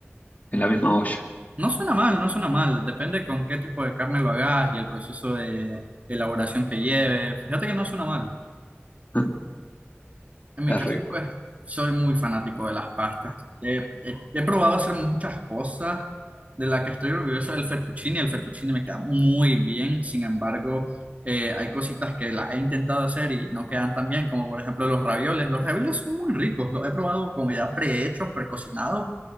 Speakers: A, on the left; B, on the right.
A: en la misma olla.
B: No suena mal, no suena mal. Depende con qué tipo de carne lo hagas y el proceso de elaboración que lleve. Fíjate que no suena mal.
A: <laughs>
B: En mi caso,
A: Es rico.
B: pues, soy muy fanático de las pastas. He, he- he probado hacer muchas cosas de las que estoy orgulloso del fettuccine. El fettuccine me queda muy bien. Sin embargo, eh, hay cositas que las he intentado hacer y no quedan tan bien, como por ejemplo los ravioles. Los ravioles son muy ricos. Los he probado como ya prehechos, precocinados,